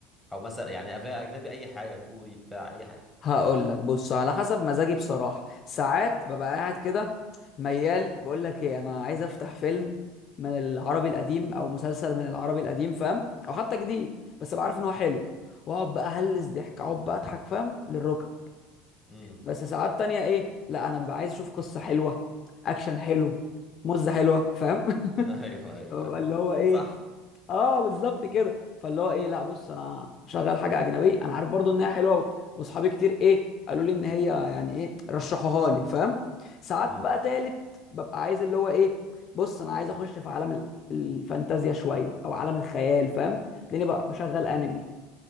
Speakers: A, in the centre; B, on the left.
A: او مثلا يعني افلام اجنبي اي حاجه كوري بتاع اي حاجه
B: هقول لك بص على حسب مزاجي بصراحه ساعات ببقى قاعد كده ميال بقول لك ايه انا عايز افتح فيلم من العربي القديم او مسلسل من العربي القديم فاهم او حتى جديد بس ابقى عارف ان هو حلو واقعد بقى هلس ضحك اقعد بقى اضحك فاهم للركب
A: امم
B: بس ساعات تانية ايه لا انا ببقى عايز اشوف قصة حلوة اكشن حلو مزة حلوة فاهم
A: <laughs>
B: <laughs>
A: ايوه ايوه
B: ببقى
A: ايوه
B: اللي هو ايه
A: صح
B: اه بالظبط كده فاللي هو ايه لا بص انا شغال حاجة اجنبية انا عارف برضو انها حلوة و- واصحابي كتير ايه قالوا لي ان هي يعني ايه رشحوها لي فاهم ساعات
A: امم
B: بقى تالت ببقى عايز اللي هو ايه بص انا عايز اخش في عالم ال- الفانتازيا شوية او عالم الخيال فاهم لاني بقى بشغل انمي